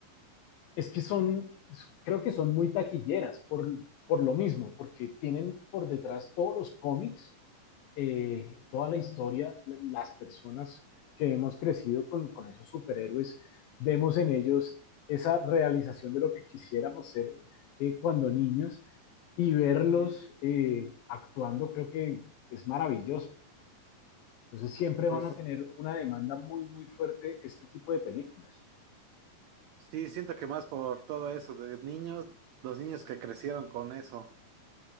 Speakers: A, on the left; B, on the right.
A: es que son, creo que son muy taquilleras por, por lo mismo, porque tienen por detrás todos los cómics, eh, toda la historia, la- las personas que hemos crecido con, con esos superhéroes, vemos en ellos esa realización de lo que quisiéramos ser eh, cuando niños y verlos eh, actuando creo que es maravilloso. Entonces siempre van
B: Pues
A: a tener una demanda muy, muy fuerte este tipo de películas.
B: Sí, siento que más por todo eso de niños, los niños que crecieron con eso